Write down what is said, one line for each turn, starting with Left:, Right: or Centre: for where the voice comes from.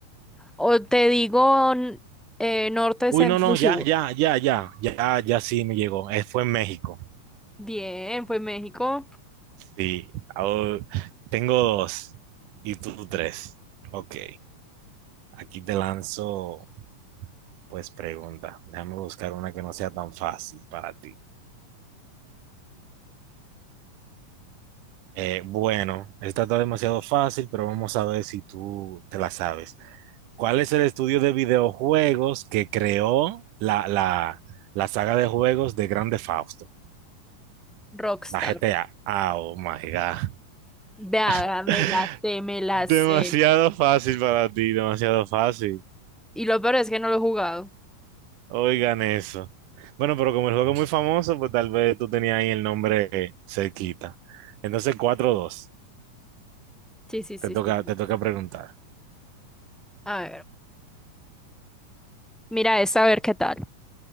Centre: O te digo n- eh, norte,
Right: Uy,
Centre: centro,
Right: no, no,
Centre: sur.
Right: ya, ya, ya, ya, ya, ya sí me llegó. Eh, fue en México.
Centre: Bien, fue México.
Right: Sí, ahora tengo dos y tú tres. Ok, aquí te lanzo, pues pregunta. Déjame buscar una que no sea tan fácil para ti. Eh, bueno, esta está demasiado fácil, pero vamos a ver si tú te la sabes. ¿Cuál es el estudio de videojuegos que creó la, la, la saga de juegos de Grande Fausto?
Centre: Rockstar.
Right: La GTA. Ah, Oh my God.
Centre: Vea,
Right: <laughs>
Centre: me la sé, me la sé.
Right: Demasiado fácil para ti, demasiado fácil.
Centre: Y lo peor es que no lo he jugado.
Right: Oigan eso. Bueno, pero como el juego es muy famoso, pues tal vez tú tenías ahí el nombre eh, cerquita. Entonces, cuatro dos.
Centre: Sí, sí, sí,
Right: Te
Centre: sí,
Right: toca,
Centre: sí.
Right: te toca preguntar.
Centre: A ver. Mira, esta a ver qué tal.